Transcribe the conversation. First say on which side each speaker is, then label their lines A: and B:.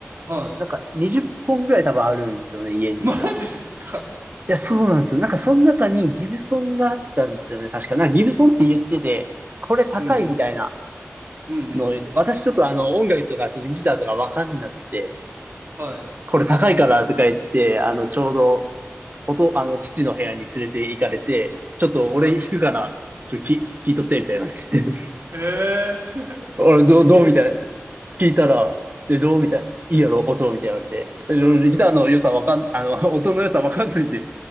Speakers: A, on the right; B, on the right.
A: うん。はい。
B: なんか20本ぐらい多分あるんですよね、家に。
A: <laughs> マジっすか。
B: いや、そうなんですよ。なんかその中にギブソンがあったんですよね。確か。なんかギブソンって言ってて、これ高いみたいな
A: うんうんうんうんうん。
B: のを言って、私ちょっとあの音楽とかちょっとギターとかわかんなくて、
A: はい。
B: これ高いからとか言って、あのちょうどおと、あの父の部屋に連れて行かれて、ちょっと俺弾くから、
A: は
B: ちょっとき聞いとってみたいな言われて、
A: い。へえ。<laughs>
B: <laughs> 俺どう、
A: 素敵ですね。
B: どうみたいな。聞いたら、え、どうみたいな。いいやろ、音みたいな言われて。え俺ギターの良さわかん、
A: うん。
B: あの、音の良さわかんないんで、